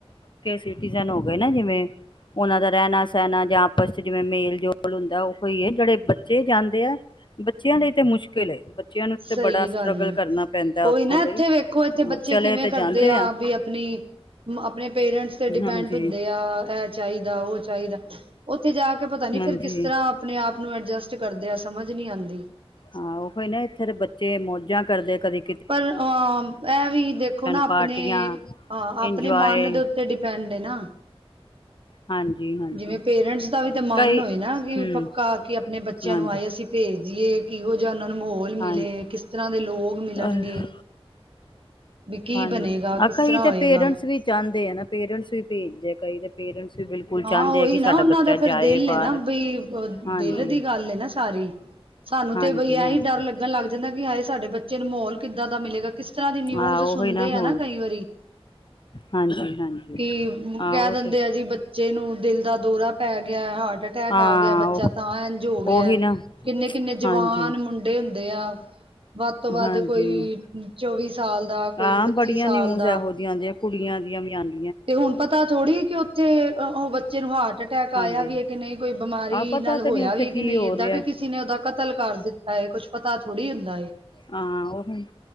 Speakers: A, on the left; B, on the right.
A: ਸਿਟੀਜਨ ਹੋ ਗਏ ਨਾ, ਜਿਵੇਂ ਉਹਨਾ ਦਾ ਰਹਿਣਾ-ਸਹਿਣਾ ਜਾਂ ਆਪਸ'ਚ ਜਿਵੇਂ ਮੇਲ-ਜੋਲ ਹੁੰਦਾ, ਉਹੀ ਹੈ ਜਿਹੜੇ ਬੱਚੇ ਜਾਂਦੇ ਆ। ਬੱਚਿਆਂ ਲਈ ਤੇ ਮੁਸ਼ਕਿਲ ਏ, ਬੱਚਿਆਂ ਨੂੰ
B: ਸਹੀ
A: ਤੇ ਬੜਾ ਸਟਰਗਲ
B: ਗੱਲ,
A: ਕਰਨਾ ਪੈਂਦਾ
B: ਉਈ
A: ਉੱਥੋਂ
B: ਨਾ
A: ਲਈ
B: ਇੱਥੇ ਵੇਖੋ ਇੱਥੇ
A: ਹਾਂ
B: ਬੱਚੇ
A: ਚਲੇ
B: ਕਿਵੇਂ
A: ਤੇ
B: ਕਰਦੇ
A: ਜਾਂਦੇ
B: ਆ, ਵੀ ਅਪਣੀ ਅਪਨੇ ਪੇਰੈਂਟਸ ਤੇ ਡਿਪੈਂਡ
A: ਹਾਂਜੀ
B: ਹੁੰਦੇ ਆ, ਐ ਚਾਹੀਦਾ, ਉਹ ਚਾਹੀਦਾ ਉੱਥੇ ਜਾਕੇ ਪਤਾ ਨੀ
A: ਹਾਂਜੀ
B: ਫੇਰ ਕਿਸ ਤਰ੍ਹਾਂ ਆਪਣੇ-ਆਪ ਨੂੰ ਐਡਜਸਟ ਕਰਦੇ ਆ, ਸਮਝ ਨਹੀਂ ਆਂਦੀ।
A: ਹਾਂ, ਉਹੀ ਨਾ ਇੱਥੇ ਦੇ ਬੱਚੇ ਮੌਜਾਂ ਕਰਦੇ ਕਦੀ
B: ਪਰ ਅਹ ਐ ਵੀ ਦੇਖੋ ਨਾ ਅਪਣੇ,
A: ਪਾਰਟੀਆਂ
B: ਅਹ ਅਪਣੇ
A: ਇੰਜੋਏ
B: ਮਨ ਦੇ ਉੱ ਤੇ ਡਿਪੈਂਡ ਏਨਾ।
A: ਹਾਂਜੀ। ਹਾਂਜੀ
B: ਜਿਵੇਂ ਪੇਰੈਂਟਸ ਦਾ ਵੀ ਤਾਂ ਮਨ
A: ਕਈ
B: ਹੋਏ ਨਾ, ਵੀ
A: ਹੂੰ
B: ਪੱਕਾ ਆਕੇ ਆਪਣੇ ਬੱਚਿਆਂ
A: ਹਾਂਜੀ
B: ਨੂੰ ਹਾਏ ਅਸੀਂ ਭੇਜ ਦੀਏ। ਕਿਹੋ ਜਾ ਉਹਨਾਂ ਨੂੰ ਮਾਹੌਲ ਮਿਲੇ,
A: ਹਾਂਜੀ
B: ਕਿਸ ਤਰ੍ਹਾਂ ਦੇ ਲੋਕ ਮਿਲਣਗੇ।
A: ਅਹ,
B: ਵੀ ਕੀ
A: ਹਾਂਜੀ,
B: ਬਣੇਗਾ
A: ਹਾ
B: ਕਿਸ
A: ਕਈ
B: ਤਰ੍ਹਾਂ
A: ਤੇ
B: ਹੋਏਗਾ
A: ਪੇਰੈਂਟਸ ਵੀ ਚਾਹੁੰਦੇ ਏਨਾ, ਪੇਰੈਂਟਸ ਵੀ ਭੇਜਦੇ ਕਈ ਦੇ ਪੇਰੈਂਟਸ ਵੀ ਬਿਲਕੁਲ
B: ਹਾਂ
A: ਚਾਹੁੰਦੇ
B: ਉਹੀ
A: ਆ ਕਿ
B: ਨਾ,
A: ਸਾਡਾ
B: ਉਹਨਾਂ
A: ਬੱਚਾ
B: ਦਾ ਫਿਰ
A: ਜਾਏ
B: ਦਿਲ ਏਨਾ,
A: ਬਾਹਰ
B: ਬਈ
A: ਹਾਂਜੀ
B: ਦਿਲ ਦੀ ਗੱਲ ਏਨਾ। ਸਾਰੀ, ਸਾਨੂੰ
A: ਹਾਂਜੀ
B: ਤੇ ਬਈ ਐਹੀ
A: ਹਾਂਜੀ
B: ਡਰ ਲੱਗਣ ਲੱਗ ਜਾਂਦਾ, ਕਿ ਹਾਏ ਸਾਡੇ ਬੱਚੇ ਨੂੰ ਮੋਹੌਲ ਕਿੱਦਾਂ ਦਾ ਮਿਲੇਗਾ ਕਿਸ ਇਸ ਤਰ੍ਹਾਂ ਦੀ ਨਿਊਜ਼
A: ਹਾਂ ਉਹੀ
B: ਸੁਣਦੇ
A: ਹੋਰ
B: ਆ ਨਾ, ਕਈ ਵਾਰੀ।
A: ਹਾਂਜੀ ਹਾਂਜੀ
B: ਕੀ
A: ਹਾਂ
B: ਕਹਿ
A: ਉਹ
B: ਦਿੰਦੇ
A: ਤੇ
B: ਆ ਜੀ, ਬ ਬੱਚੇ ਨੂੰ ਦਿਲ ਦਾ ਦੋਰਾ ਪੈਗਿਆ, ਹਾਰਟ ਅਟੈਕ
A: ਹਾਂ
B: ਆਗਿਆ, ਬੱਚਾ
A: ਉਹ-
B: ਤਾਂ ਐਂਝ ਹੋਗਿਆ।
A: ਉਹੀ ਨਾ
B: ਕਿੰਨੇ-ਕਿੰਨੇ ਜਵਾਨ
A: ਹਾਂਜੀ
B: ਮੁੰਡੇ ਹੁੰਦੇ ਆ। ਵੱਧ ਤੋਂ ਵੱਧ
A: ਹਾਂਜੀ
B: ਕੋਈ, ਚੌਵੀ ਸਾਲ ਦਾ ਕੋਈ
A: ਹਾਂ
B: ਪੱਚੀ
A: ਬੜੀਆਂ
B: ਸਾਲ
A: ਨਿਊਜ਼
B: ਦਾ
A: ਇਹੋ ਜਿਹੀ ਆਂਦੀਆਂ, ਕੁੜੀਆਂ ਦੀਆਂ ਵੀ ਆਂਦ
B: ਤੇ ਹੁਣ ਪਤਾ ਥੋੜੀ ਏ ਕਿ, ਉੱਥੇ ਉਹ ਬੱਚੇ ਨੂੰ ਹਾਰਟ ਅਟੈਕ
A: ਹਾਂਜੀ
B: ਆਇਆ ਵੀ ਹੈ ਕਿ ਨਹੀਂ। ਕੋਈ ਬਿਮਾਰੀ
A: ਆਹ ਪਤਾ
B: ਨਾਲ
A: ਤੇ
B: ਹੋਇਆ
A: ਨੀ ਉੱਥੇ
B: ਵੀ ਏ
A: ਕੀ
B: ਕਿ ਨਹੀਂ,
A: ਹੋ
B: ਏਦਾਂ
A: ਰਿਹਾ।
B: ਕਿ ਕਿਸੇ ਨੇ ਉਹਦਾ ਕਤਲ ਕਰ ਦਿੱਤਾ ਏ, ਕੁੱਛ ਪਤਾ ਥੋੜੀ ਹੁੰਦਾ ਏ।
A: ਆਂ, ਓਹੀ